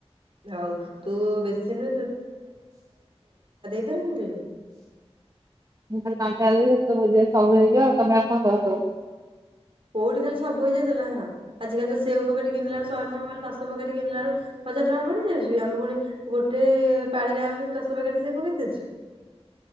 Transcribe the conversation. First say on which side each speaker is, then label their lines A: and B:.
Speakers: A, on the right (about 55°); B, on the right (about 35°).
A: ହଉ ତୁ ବେଶୀ ନୁହେଁ ହଁ
B: ମୁଁ ଖଲି ପାଞ୍ଚହଜାଏ ଦେଇଦେବି ଭୋଜିରେ ସବୁ ହେଇଯିବ ତମେ ଆଉ କଣ ଦବ ସବୁ
A: କୋଉଠି ଖାଲି ସବୁ ହେଇଯାଉଥିଲା ଆଜିିକାଲି ତ ସେଉ ପକେଟ କିଣିଲାବେଳକୁ ଶହେ ଟଙ୍କା ପଡଲେ ଦଶ ପକେଟ କିଣିଲା ବେଳକୁ ହଜାର ଟଙ୍କା ପଡିଯାଉଛି ଆମ ପୁଣି ଗୋଟେ ପାଳିରେ ଆମେ ଦଶ ପକେଟରେ ସେଉ ପକେଇ ଦେଉଛୁ